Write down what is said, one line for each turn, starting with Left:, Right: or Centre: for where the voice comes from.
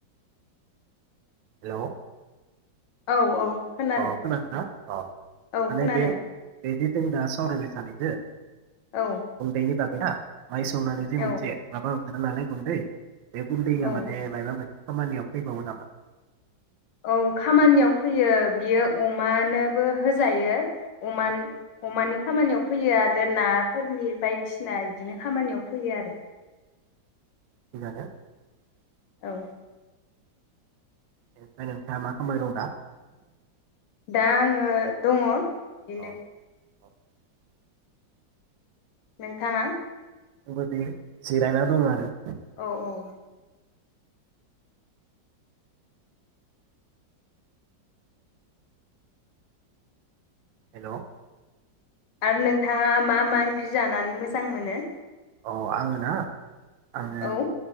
Right: हेलौ
Left: औ औ खोनादों
Right: अ खोनादोना अ‌
Left: औ
Right: माने
Left: खोनादों
Right: बे बेदि जों दा सावरायबाय सानैजों
Left: औ
Right: गुन्दै नि बा बेना माइ सौनानै जि मोनसे
Left: औ
Right: माबा ओंखारो नालाय गुन्दै बे गुन्दैया
Left: औ
Right: माने मायबा मोनसे खामानियाव फैबावो नामा
Left: औ खामानियाव फैयो बियो अमानोबो होजायो अमान
Right: अ
Left: अमानि खामानियाव फैयो आरो नाफोरनि बायदिसिना इदिनो खामानियाव फैयो आरो
Right: <unintelligible>
Left: औ
Right: ओमफाय नोंथाङा मा खामबाय दं दा
Left: दा आङो दङ बिदिनो
Right: अ <inaudible>
Left: नोंथाङा
Right: आंबो बि जिरायना दं आरो
Left: औ औ
Right: हेल'
Left: आरो नोंथाङा मा मा ओंख्रि जानानै मोजां मोनो?
Right: अ आङो ना आङो
Left: औ